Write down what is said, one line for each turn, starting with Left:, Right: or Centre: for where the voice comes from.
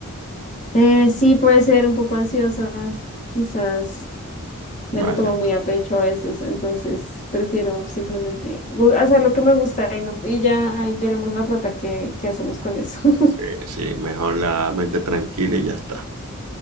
Left: Eh, sí, puede ser un poco ansiosa, quizás
Right: Vale,
Left: me lo tomo
Right: vale.
Left: muy a pecho a veces, entonces prefiero simplemente bu- hacer lo que me gusta y, no, y ya ahí veremos la plata que, que hacemos con eso. <laughs>
Right: Sí, sí, mejor la mente tranquila y ya está.